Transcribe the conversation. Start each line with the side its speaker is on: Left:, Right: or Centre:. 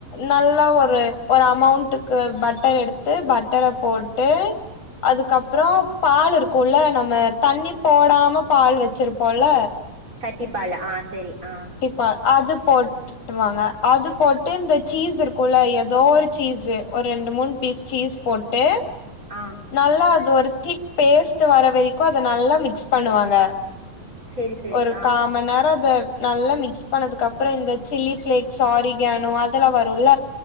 Left: நல்லா ஒரு ஒரு அமௌண்ட்டுக்கு பட்டர் எடுத்து பட்டரப் போட்டு அதுக்கப்றோ பால் இருக்குல்ல நம்ம தண்ணி போடாம பால் வச்சிருப்போல்ல
Right: கட்டிப்பால் ஆ செரி ஆ
Left: பா அது போட்டுட்டுவாங்க அது போட் டு இந்த சீஸ் இருக்குல்ல எதோ ஒரு சீஸ்ஸு ஒர் ரெண்டு மூண் பீஸ் சீஸ் போட்டு
Right: அ
Left: நல்லா அது ஒரு திக் பேஸ்ட்டு வர வெரிக்கு அத நல்லா மிக்ஸ் பண்ணுவாங்க
Right: சரி சரி
Left: ஒரு
Right: ஆ
Left: காமண் நேர் அத நல்லா மிக்ஸ் பண்ணதுக்கு அப்புற இந்த சில்லி ஃப்ளேக்ஸ் ஆரிகானோ அதல்லா வருல்ல